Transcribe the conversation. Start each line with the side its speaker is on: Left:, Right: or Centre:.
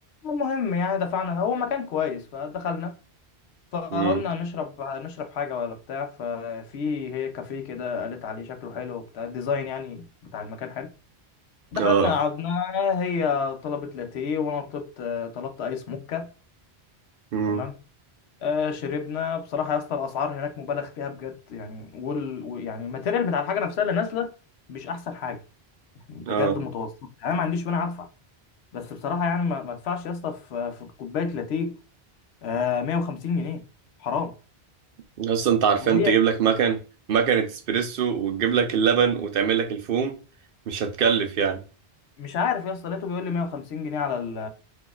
Left: المهم يعني دفعنا هو مكان كويس فدخلنا فقلنا
Right: امم
Left: نشرب نشرب حاجة ولا بتاع ففي هي كافيه كده قالت عليه شكله حلو وبتاع ديزاين يعني بتاع المكان حلو دخلنا
Right: اه
Left: قعدنا هي طلبت لاتيه وانا طلبت طلبت ايس موكا
Right: امم
Left: تمام آه شربنا بصراحة يا اسطى الاسعار هناك مبالغ فيها بجد يعني وال و- يعني الماتيريال بتاع الحاجة نفسها اللي نازلة مش احسن حاجة يعني بجد
Right: اه
Left: متوسط انا ما عنديش وانا هدفع بس بصراحة يعني ما ما ادفعش يا اسطى في في كوباية لاتيه آه 150 جنيه حرام
Right: لسه انت عارفان
Left: وهي
Right: تجيب لك مكن مكنة اسبريسو وتجيب لك اللبن وتعمل لك الفوم مش هتكلف يعني
Left: مش عارف يا اسطى لقيته بيقول لي 150 جنيه على ال